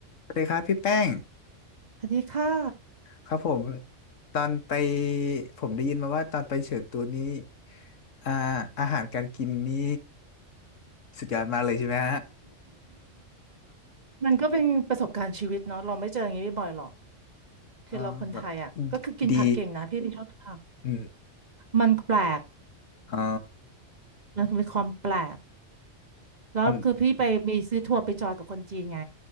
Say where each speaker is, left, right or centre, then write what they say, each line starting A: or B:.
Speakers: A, on the left; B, on the right.
A: สวัสดีครับพี่แป้ง
B: สวัสดีค่ะ
A: ครับผมตอนไปผมได้ยินมาว่าตอนไปเฉิงตูนี้อ่าอาหารการกินนี่สุดยอดมากเลยใช่ไหมฮะ
B: มันก็เป็นประสบการณ์ชีวิตเนาะเราไม่เจออย่างนี้บ่อยๆหรอก
A: <laughs>
B: คือเราคนไทยอ่ะก็คือกินผักเก่งนะพี่พี่ชอบกินผัก
A: อ่าแบบดีอืม
B: มันแปลก
A: อ๋อ
B: มันมีความแปลก แล้วคือพี่ไปมีซื้อทัวร์ไปจอยกับคนจีนไง
A: มัน